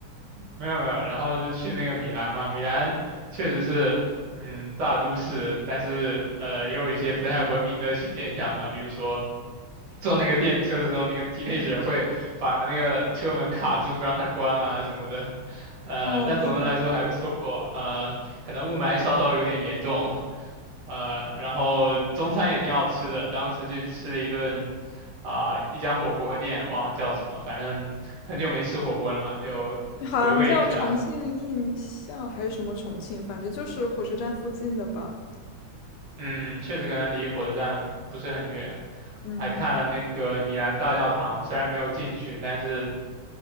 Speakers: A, on the right (about 80°); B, on the left (about 80°).
A: 没有没有，然后就去那个米兰嘛，米兰确实是，嗯，大都市，但是呃，也有一些不太文明的现象吧，比如说坐那个电车的时候，那个 teenager 会把那个车门卡住，不让它关啊什么的，呃，
B: 嗯，
A: 但总的来说还不错，
B: 对，
A: 呃，可能雾霾稍稍有点严重，呃，然后中餐也挺好吃的，当时去吃了一顿，啊、一家火锅店，忘了叫什么，反正很久没吃火锅了嘛，就回味一下。
B: 好像叫重庆印象还是什么重庆，反正就是火车站附近的吧。
A: 嗯，确实可能离火车站不是很远，
B: 嗯哼，
A: 还看了那个米兰大教堂，虽然没有进去，但是